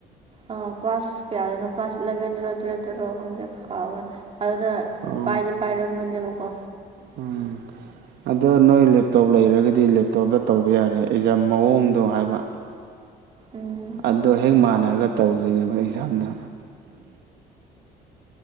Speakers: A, on the right; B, on the right.
A: ꯑꯥ ꯀ꯭ꯂꯥꯁ ꯀꯌꯥꯗꯅꯣ ꯀ꯭ꯂꯥꯁ ꯑꯦꯂꯚꯦꯟꯗꯔ ꯇꯨꯌꯦꯞꯇꯔ ꯈꯪꯗꯦ ꯀꯥꯎꯒ꯭ꯔꯦ ꯑꯗꯨꯗ
B: ꯑꯣ
A: ꯄꯥꯏꯗꯤ ꯄꯥꯏꯔꯝꯕꯅꯦꯕꯀꯣ
B: ꯎꯝ ꯑꯗꯣ ꯅꯣꯏ ꯂꯦꯞꯇꯣꯞ ꯂꯩꯔꯒꯗꯤ ꯂꯦꯞꯇꯣꯞꯇ ꯇꯧꯕ ꯌꯥꯔꯦ ꯑꯦꯖꯥꯝ ꯃꯑꯣꯡꯗꯣ ꯍꯥꯏꯕ
A: ꯎꯝ
B: ꯑꯗꯣ ꯍꯦꯛ ꯃꯥꯟꯅꯔꯒ ꯇꯧꯗꯣꯏꯅꯦꯕ ꯑꯦꯛꯖꯥꯝꯗ